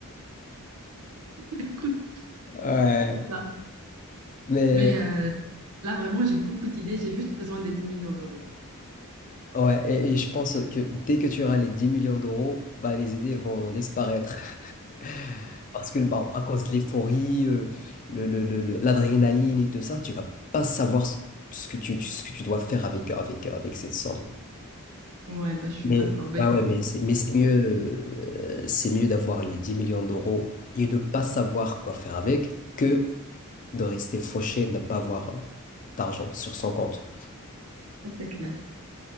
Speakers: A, on the right; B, on the left.
A: <laughs> Écoute
B: Ouais,
A: c'est ça.
B: mais
A: Mais euh, là, vraiment, j'ai beaucoup d'idées. J'ai juste besoin des 10 millions d'euros.
B: Ouais, et, et je pense que dès que tu auras les 10 millions d'euros, bah, les idées elles vont disparaître. <laughs> Parce que bah, à cause de l'euphorie, euh, le, le- le- le- l'adrénaline et tout ça, tu vas pas savoir ce ce que tu, ce que tu dois faire avec, avec, avec cette somme.
A: Ouais, bah, je suis
B: Mais,
A: d'accord. Bah,
B: ouais,
A: écoute,
B: ouais, mais c'est, mais c'est mieux, euh, c'est mieux d'avoir les 10 millions d'euros et ne pas savoir quoi faire avec que de rester fauché et de ne pas avoir euh, d'argent sur son compte.
A: c'est clair.